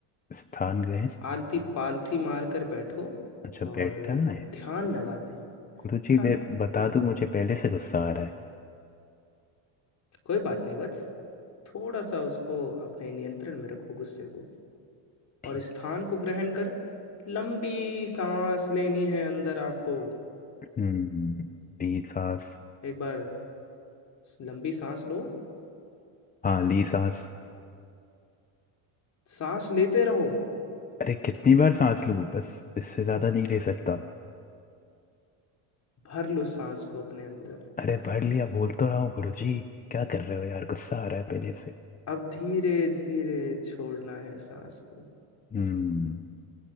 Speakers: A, on the left; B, on the left.
A: स्थान गए
B: आलती पालथी मार कर बैठो
A: अच्छा
B: और
A: बैठना है
B: ध्यान लगाते हैं
A: गुरु जी
B: हाँ
A: मैं
B: हाँ
A: बता
B: बैठो
A: दूँ मुझे पहले से गुस्सा आ रहा है
B: कोई बात नहीं वत्स थोड़ा सा उसको अपने नियंत्रण में रखो गुस्से को
A: ठीक
B: और स्थान को ग्रहण कर लंबी सांस लेनी है अंदर आपको
A: हम्म मेरी सांस
B: एक बार लंबी सांस लो
A: हाँ ली सांस
B: सांस लेते रहो
A: अरे कितनी बार सांस लूं बस इससे ज्यादा नहीं ले सकता
B: भर लो सांस को अपने अंदर
A: अरे पढ़ लिया बोल तो रहा हूँ गुरुजी क्या कर रहे हो यार गुस्सा आ रहा है पहले से
B: अब धीरे धीरे छोड़ना है सांस को
A: हम्म